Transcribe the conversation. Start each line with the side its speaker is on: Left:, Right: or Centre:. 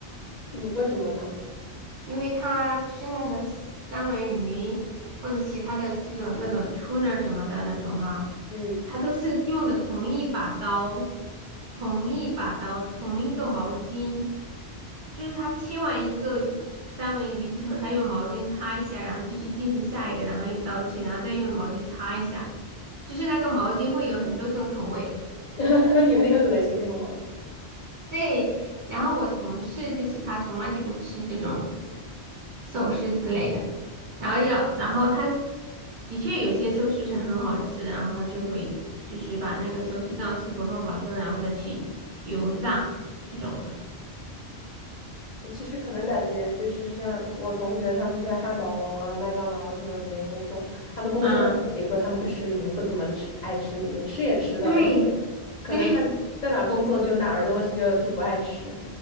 Left: 嗯，为什么呢？
Right: 因为它就是那条三文鱼或者其他的这种那种 tuna 什么的那种哈，
Left: 嗯，
Right: 它都是用的同一把刀、同一把刀、同一个毛巾，就是它切完一个鱼三文鱼之后，它用毛巾擦一下，然后继续进行下一个，然后用刀切，然后再用毛巾擦一下，就是那个毛巾会有很多种口味。
Left: <laughs> 有点恶心那个王子。
Right: 对，然后我同事就是他从来就不吃这种寿司之类的，然后要，然后他的确有些寿司是很好吃的，然后他就会就是把那个寿司酱师傅弄好之后，然后再去油炸这种的。
Left: 其实可能感觉就是像我同学他们在汉堡王啊、麦当劳啊这种里面工作，他们工作也说他们不吃里面，
Right: 嗯，
Left: 不怎么吃，爱吃里面，吃也吃的，
Right: 对
Left: 但是可能在在哪工作就哪儿的东西就就不爱吃。
Right: 对，